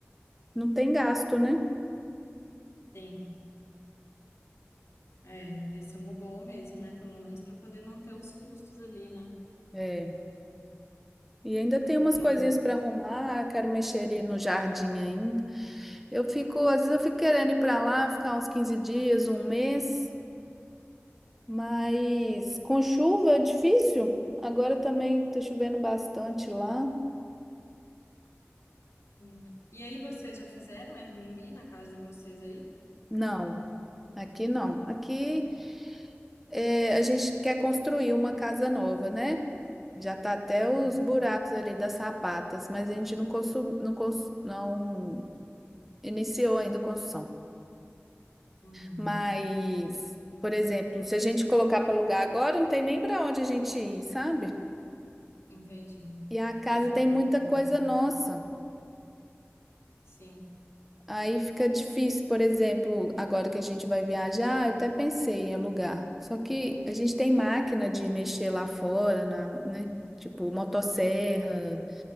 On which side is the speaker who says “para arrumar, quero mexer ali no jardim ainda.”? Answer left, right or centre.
Centre